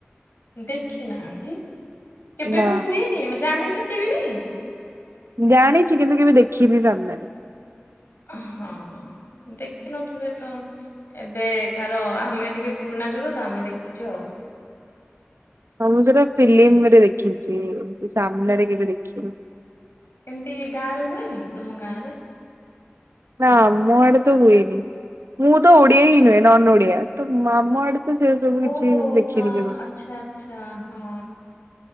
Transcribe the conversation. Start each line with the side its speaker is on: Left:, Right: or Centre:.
Left: ଦେଖି ନାହାନ୍ତି? କେବେ
Right: ନା
Left: ବି ହୁଏନି? ଜାଣିଛନ୍ତି ବି ନାଇଁ?
Right: ଜାଣିଛି କିନ୍ତୁ କେବେ ଦେଖିନି ସାମ୍ନାରେ।
Left: ଅ ହଁ ଦେଖିନଥିବେ ତ ଏବେ କାର ଆମେ ଟିକେ ପୁରୁଣା ଯୁଗ ତ ଆମେ ଦେଖିଛୁ ଆଉ।
Right: ହଁ ମୁଁ ସେଇଟା ଫିଲ୍ମରେ ଦେଖିଛି, ଏମିତି ସାମ୍ନାରେ କେବେ ଦେଖିନି।
Left: ଏମିତି ଗାଁ ରେ ହୁଏନି? ତମ ଗାଁ ରେ?
Right: ନା ଆମ ଆଡେ ତ ହୁଏନି। ମୁଁ ତ ଓଡିଆ ହିଁ ନୁହେଁ ନନ୍‌ ଓଡିଆ, ତ ଆମ ଆଡେ ତ ସେ ସବୁ
Left: ଓ
Right: କିଛି ଦେଖିନି
Left: ହଁ
Right: କେବେ।
Left: ଆଚ୍ଛା ଆଚ୍ଛା। ହଁ